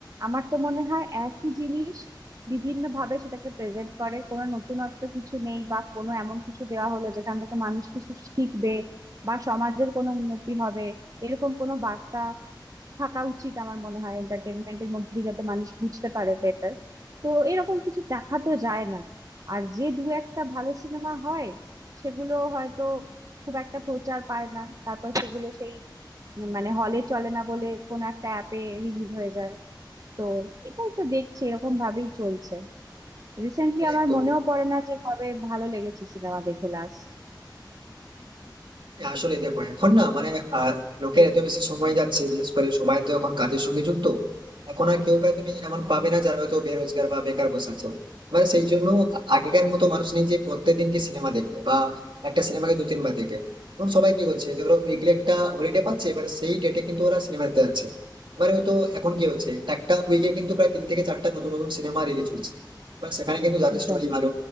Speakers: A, on the right; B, on the right.
A: আমার তো মনে হয় একই জিনিস বিভিন্ন ভাবে সেটাকে প্রেজেন্ট করে কোনো নতুনত্ব কিছু নেই বা কোনো এমন কিছু দেওয়া হলো যেখান থেকে মানুষ কিছু শিখবে বা সমাজের কোনো উন্নতি হবে এরকম কোনো বার্তা থাকা উচিত আমার মনে হয় এন্টারটেনমেন্টের মধ্যে দিয়ে যাতে মানুষ বুঝতে পারে বেটার তো এরকম কিছু দেখা তো যায় না আর যে দু একটা ভালো সিনেমা হয় সেগুলো হয়তো খুব একটা প্রচার পায় না তারপর সেগুলো সেই মানে হলে চলে না বলে কোনো একটা অ্যাপে রিলিজ হয়ে যায় তো এটাই তো দেখছি এরকম ভাবেই চলছে রিসেন্টলি
B: হ্যাঁ,
A: আমার
B: একদম
A: মনেও পড়ে না যে কবে ভালো লেগেছে সিনেমা দেখে লাস্ট
B: আসলে দেখো এখন না মানে আহ, লোকের এত বেশি সময় যাচ্ছে বিশেষ করে সবাই তো এখন কাজের সঙ্গে যুক্ত এখন আর কেউ প্রায় তুমি এমন
A: হ্যাঁ,
B: পাবে না যারা হয়তো বেরোজগার বা বেকার বসে আছে মানে সেই জন্য আগেকার মতো মানুষ নেই যে প্রত্যেকদিন কি সিনেমা দেখবে বা একটা সিনেমাকে দু তিনবার দেখবে এখন সবাই কি হচ্ছে যে ওরা উইকলি একটা হলিডে পাচ্ছে এবার সেই ডেটে কিন্তু ওরা সিনেমা দেখতে যাচ্ছে এবার হয়তো এখন কি হচ্ছে একটা উইকে কিন্তু প্রায় তিন থেকে চারটা নতুন নতুন সিনেমা রিলিজ হচ্ছে এবার সেখানে কিন্তু যাদের
A: একদম
B: স্টোরি ভালো